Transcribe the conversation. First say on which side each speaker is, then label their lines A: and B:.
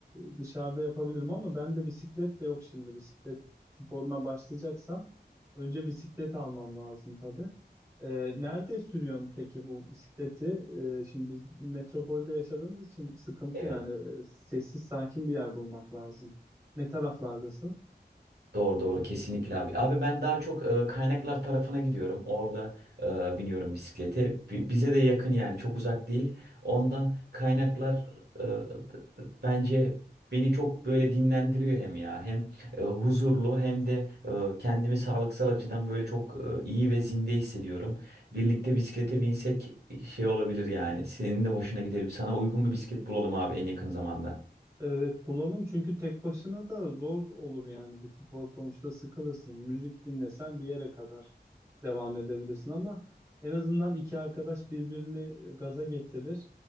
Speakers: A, on the right; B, on the right.
A: e, dışarıda yapabilirim ama ben de bisiklet de yok şimdi. Bisiklet sporuna başlayacaksam önce bisiklet almam lazım tabii. E, nerede sürüyorsun peki bu bisikleti? E, şimdi biz metropolde yaşadığımız için sıkıntı
B: Evet.
A: yani E, sessiz sakin bir yer bulmak lazım. Ne taraflardasın?
B: Doğru doğru kesinlikle abi. Abi ben daha çok e, kaynaklar tarafına gidiyorum. Orada e, biniyorum bisiklete. Bi- bize de yakın yani çok uzak değil. Ondan kaynaklar e, d- bence beni çok böyle dinlendiriyor hem ya. Hem e, huzurlu hem de e, kendimi sağlıksal açıdan böyle çok e, iyi ve zinde hissediyorum. Birlikte bisiklete binsek şey olabilir yani. Senin de hoşuna gidelim. Sana uygun bir bisiklet bulalım abi en yakın zamanda.
A: Evet bulalım çünkü tek başına da zor olur yani bu spor sonuçta sıkılırsın. Müzik dinlesen bir yere kadar devam edebilirsin ama en azından iki arkadaş birbirini e, gaza getirir,